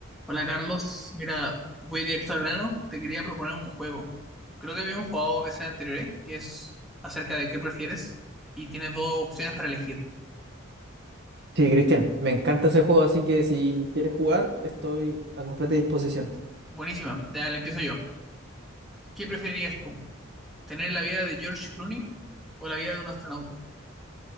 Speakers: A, in the centre; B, on the right.
A: Hola Carlos, mira, voy directo al grano. Te quería proponer un juego. Creo que habíamos jugado veces anteriores, que es acerca de qué prefieres y tienes dos opciones para elegir.
B: Sí, Cristian, me encanta ese juego, así que si quieres jugar, estoy a completa disposición.
A: Buenísima, ya le empiezo yo. ¿Qué preferirías tú? ¿Tener la vida de George Clooney o la vida de un astronauta?